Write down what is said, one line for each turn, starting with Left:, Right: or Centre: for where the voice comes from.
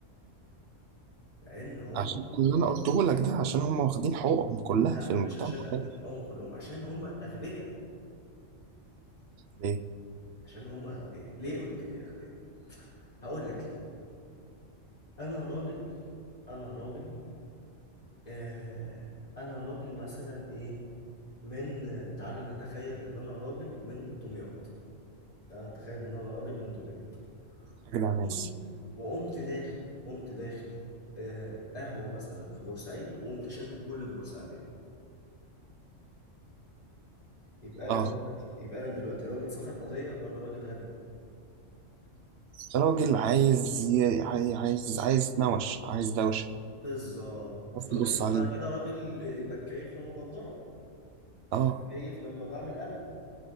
Left: لان هم
Right: عشان اللي انا قلته لك ده عشان هم واخدين حقوقهم كلها
Left: لا
Right: في المجتمع
Left: مش عشان اخدين
Right: ده
Left: حقوقهم كلهم عشان هم اغبياء
Right: ليه
Left: عشان هم اغبياء ليه قلت لي اغبياء هقول لك ليه انا راجل انا راجل آه انا راجل مثلا ايه من تعال نتخيل ان انا راجل من دمياط تعال نتخيل ان انا راجل من دمياط
Right: اجدع
Left: وقمت
Right: ناس
Left: وقمت داخل قمت داخل آه قهوة مثلا في بورسعيد وقمت شاتم كل البورسعيدية يبقى انا
Right: اه
Left: دلوقتي يبقى انا دلوقتي راجل صاحب قضية ولا راجل غبي
Right: راجل عايز ي- عاي- عايز عايز يتنوش عايز دوشه
Left: بالظبط
Right: بس تبص
Left: راجل انا
Right: عليه
Left: كده راجل بتكيف لما بتضرب
Right: اه
Left: بتكيف لما بعمل قلق